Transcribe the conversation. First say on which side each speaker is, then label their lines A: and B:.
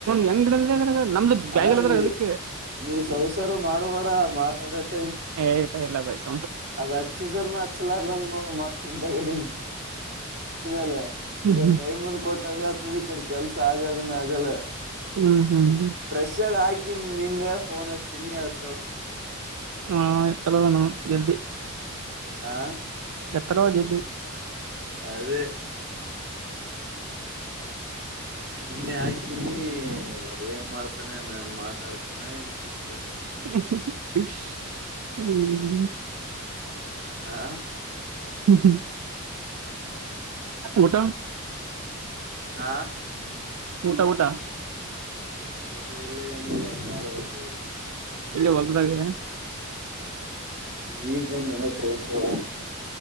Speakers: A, on the right (about 80°); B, on the right (about 45°).
A: ಹೆಂಗ್ ಇಡದ್ರಾಗ ನಮ್ದು
B: ಹಣ
A: ಬ್ಯಾಗ್ ಇಲ್ಲದ್ರಾಗ
B: ನೀ
A: ಅದಕ್ಕೆ
B: ನೀ ಸಂಸಾರ ಮಾಡುವಡ ಮಾತ್ ತದ <unintelligible>
A: ಏ ಆಯ್ತಾ ಎಲ್ಲ ಬಯಸ <unintelligible>
B: ಅದ್ ಹಚ್ಚಿದ್ರನ ಹಚ್ಲಾರಂಗ ನೋ್ರ ಮತ್ತಗಡಿ ಲ್ಲ
A: ಹ್ಮ್
B: ಈಗ
A: ಹ್ಮ್
B: ಟೈಮನ್ ಕೊಟ್ಟಂಗ ಆತದ ಈ ಕಡೆ ಕೆಲ್ಸ ಆಗದನ್ನ ಆಗಲ್ಲ
A: ಹ್ಮ್ ಹ್ಮ್
B: ಫ್ರೆಶ್ ಆಗ ನಿನ್ನೆಫೋನ್ ಹಚ್ಚಿ ನೀ <unintelligible>
A: ಹಾ ಎತ್ತಲ್ಲಣ ಜಲ್ದಿ
B: ಹಾ
A: ಎತ್ರೋ ಜು <unintelligible>
B: ಅದೇ ನಿನ್ನೆ ಹಾಕಿನಿ ಏನ್ ಮಾಡ್ತಾನೆ ಅಂದನ್ ಮಾತಾಡ್ತಾನನ್ ಇಷ್ಟತೇನೆ <unintelligible>
A: ಹ್ಮ <unintelligible>
B: ಆ
A: ಹ್ಮ್ ಹ್ಮ್ ಊಟ
B: ಆ
A: ಊಟ ಊಟಾ
B: ಊಟ ಇಲ್ಲ ಏನಿಲ್ಲ ಮಾಡಬೇಕು ಈಗ
A: ಇಲ್ಲಿ ಹೊಲ್ದಾಗೆ
B: ಈಗ್ ಬನ್ನಿ ನನ ಶಿವ ಶಿವ